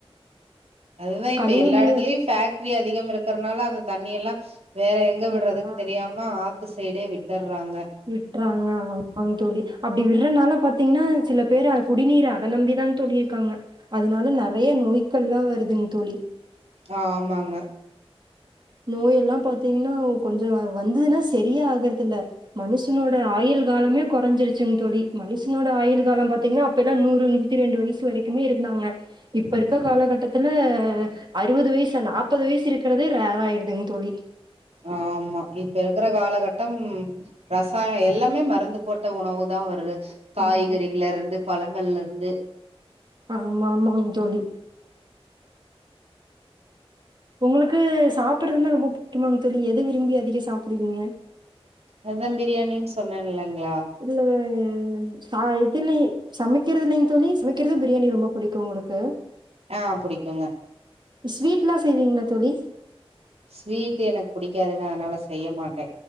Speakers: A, on the right; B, on the right.
A: அதுதா இப்ப
B: கழிவு
A: எல்லா
B: நீர்
A: எடத்துலயு பேக்ட்ரி அதிகமா இருக்கறனால அந்த தண்ணி எல்லா வேற எங்க விடுறதுன்னு
B: ஆ
A: தெரியாம ஆத்து சைடே விட்ர்றாங்க
B: விட்டுறாங்க ஆமாங்க தோழி அப்டி விடுறனால பாத்தீங்கன்னா சில பேரு அது குடிநீரு அத நம்பிதாங் தோழி இ இருக்காங்க அதனால நெறைய நோய்க்கள்லா வருதுங்க தோழி
A: ஆ ஆமாங்க
B: நோய் எல்லா பாத்தீங்கன்னா கொஞ்ச அது வந்துதுன்னா சரியே ஆகறது இல்ல மனுஷ் னோட ஆயுள் காலமே கொறைஞ்சிருச்சுங்க தோழி மனுஷனோட ஆயுள் கால பாத்தீங்கன்னா அப்பல்லா நூறு நூ த்தி ரெண்டு வயசு வரைக்குமே இருந்தாங்க இப்ப இருக்க கால கட்டத்துல அறுவது வயசா நாப்பது வயசு இருக்கறதே ரேர் ஆயிடுதுங்க தோழி
A: ஆமா இப்ப இருக்கற காலகட்டம் ரசாய எல்லாமே மருந்து போட்ட உணவு தா வருது காய்கறில
B: ஆமா
A: இருந்து பழங்கள்ல இருந்து
B: ஆமா ஆமாங்க தோழி உங்களுக்கு சாப்புறதுன்னா ரொம்ப புடிக்குமாங்க தோழி எத விரும்பி அதிக சாப்டுவீங்க
A: அதா பிரியாணின்னு சொன்ன இல்லங்களா
B: இல்ல சா இதுலே சமைக்கிறதுலிங்க தோழி சமைக்கறது பிரியாணி ரொம்ப புடிக்கு உங்களுக்கு
A: ஆ புடிக்குங்க
B: ஸ்வீட்லா செய்வீங்களா தோழி
A: ஸ்வீட் எனக்கு புடிக்காதுங்க அதனால செய்ய மாட்ட